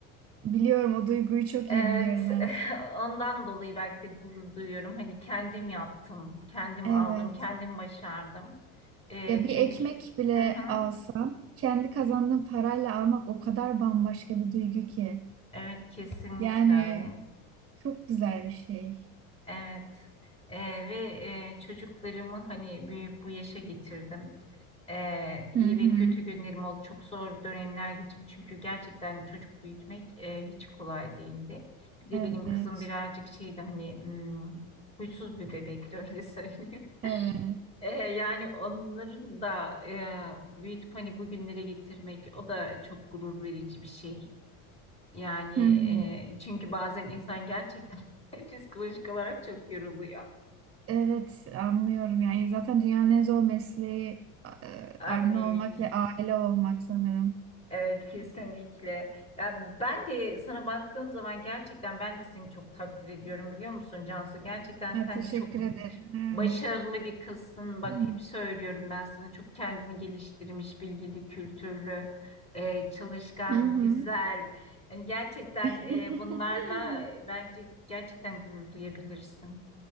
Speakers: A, on the right (about 35°); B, on the left (about 15°).
A: Biliyorum o duyguyu çok
B: Evet,
A: iyi biliyorum hem.
B: <laughs> ondan dolayı belki de gurur duyuyorum. Hani kendim yaptım, kendim
A: Evet.
B: aldım, kendim başardım. Ee,
A: Ya bir
B: çünkü
A: ekmek bile
B: hı hı,
A: alsam kendi kazandığım parayla almak o kadar bambaşka bir duygu ki.
B: evet kesinlikle
A: Yani
B: öyle.
A: çok güzel bir şey.
B: Evet. Ee, ve e, çocuklarımı hani büyüyüp bu yaşa getirdim. Ee, iyi
A: Hı hı.
B: ve kötü günlerim oldu. Çok zor dönemler geçirdim. Çünkü gerçekten çocuk büyütmek e, hiç kolay değildi. Bir
A: Evet.
B: de benim kızım birazcık şeydi hani hmm, huysuz bir bebekti <laughs> öyle söyleyeyim.
A: Evet.
B: E, yani onların da e, büyütüp hani bugünlere getirmek o da çok gurur verici bir şey. Yani
A: Hı hı.
B: e, çünkü bazen insan gerçekten <laughs> psikolojik olarak çok yoruluyor.
A: Evet anlıyorum yani zaten dünyanın en zor mesleği e,
B: Annelik.
A: anne olmak ve aile olmak sanırım.
B: Evet kesinlikle. Ya ben de sana baktığım zaman gerçekten ben de seni çok takdir ediyorum biliyor musun Cansu? Gerçekten sen
A: Evet, teşekkür
B: de çok
A: ederim.
B: Başarılı bir kızsın. Bak
A: <clears throat>
B: hep söylüyorum ben sana çok kendini geliştirmiş, bilgili, kültürlü, e, çalışkan,
A: Hı hı.
B: güzel. Yani gerçekten
A: <laughs>
B: e, bunlarla e, bence gerçekten gurur duyabilirsin.